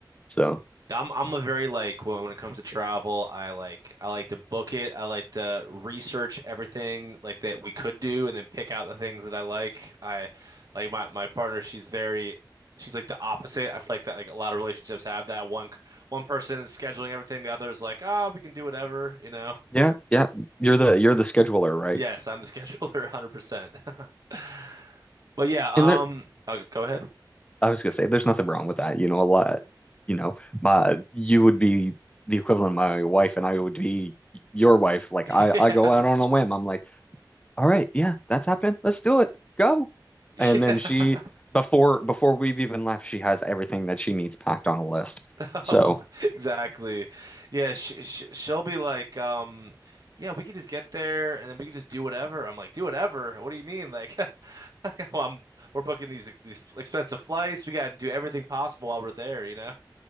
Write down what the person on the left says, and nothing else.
So.
Yeah, yeah. You're the you're the scheduler, right?
And there
I was gonna say there's nothing wrong with that. You know, a lot, you know, my you would be the equivalent of my wife and I would be your wife. Like
I,
I go out on a whim. I'm like, all right, yeah, that's happening. Let's do it. Go.
And
then she before before we've even left, she has everything that she needs packed on a list.
So